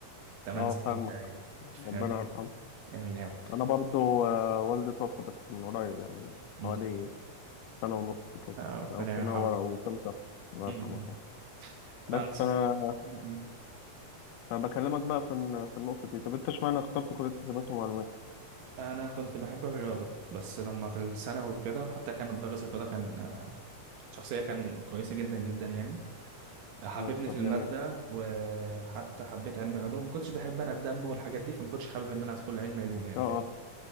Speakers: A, on the right; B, on the left.
A: 8
B: اه
A: سنين
B: فاهمك
A: تقريبا فاهم
B: ربنا يرحمه
A: جميل أوي
B: انا برضو آه، والدي توفى بس من قريب يعني
A: أمم.
B: حوالي سنة ونص كده
A: آه، ربنا
B: أو سنة
A: يرحمه
B: ورا وكام شهر الله
A: أمم.
B: يرحمه صح بس
A: أنا
B: فأنا
A: أمم.
B: أنا بكلمك بقى في الن- في النقطة دي طب أنت اشمعنى اخترت كلية حسابات ومعلومات؟
A: أنا كنت بحب الرياضة بس لما في الثانوي وكده وحتى كان مدرس الرياضة كان شخصية كان كويسة جدا جدا يعني حببني
B: مم، طب
A: في المادة
B: جميل
A: وحتى حبيت علم الرياضة وما كنتش بحب أنا الدم والحاجات دي فما كنتش حابب إن أنا أدخل علم علوم يعني
B: أه
A: فاهم
B: أه